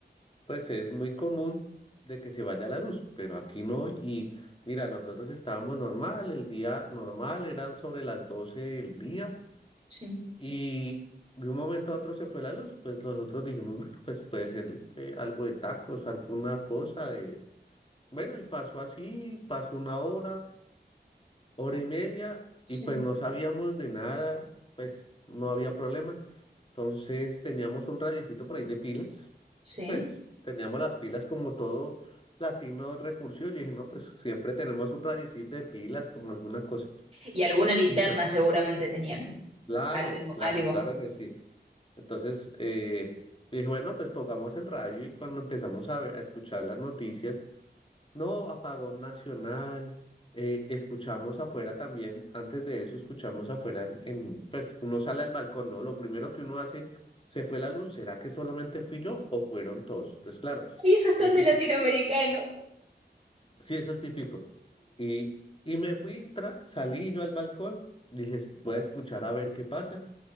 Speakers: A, on the left; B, on the right.
A: pues es muy común de que se vaya la luz, pero aquí no y mira, nosotros estábamos normal, el día normal eran sobre las 12 del día
B: Sí,
A: Y de un momento a otro se fue la luz, pues nosotros dijimos, bueno, pues puede ser eh, algo de tacos, alguna cosa de... Bueno, y pasó así, pasó una hora, hora y media,
B: sí,
A: y pues no sabíamos de nada, pues no había problema. Entonces teníamos un radiecito por ahí de pilas,
B: sí.
A: pues teníamos las pilas como todo latino recursivo. Yo dije, no, pues siempre tenemos un radiecito de pilas como alguna cosa.
B: Y alguna linterna
A: Y pues,
B: seguramente tenían.
A: claro,
B: Algo,
A: claro,
B: algo.
A: claro que sí. Entonces, eh, dije, bueno, pues pongamos el radio y cuando empezamos a, ver- a escuchar las noticias, no, apagón nacional, eh, escuchamos afuera también, antes de eso escuchamos afuera, en, en, pues uno sale al balcón, ¿no? Lo primero que uno hace, se fue la luz, ¿será que solamente fui yo o fueron todos? Entonces, claro,
B: Y eso es tan
A: me puse,
B: de latinoamericano.
A: sí, eso es típico. Y, y me fui, tra- salí yo al balcón, dije, voy a escuchar a ver qué pasa.